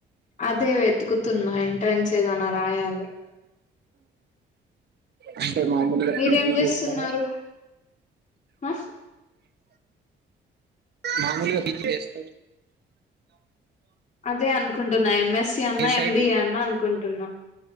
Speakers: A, on the left; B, on the right.
A: అదే వెతుకుతున్నా ట్రెంస్ చేదానా రాయాలి
B: అ అే మామూలుగా
A: మీరేం
B: పజ
A: చేస్తున్నారు
B: చేస్తారా
A: ఆ
B: మామూలు బి వస్
A: అదే అనుకుంటున్నా ఎంఎస్సి అన్నా
B: ఏ సైడ్
A: ఎంబిఏ అన్నా అనుకుంటున్నా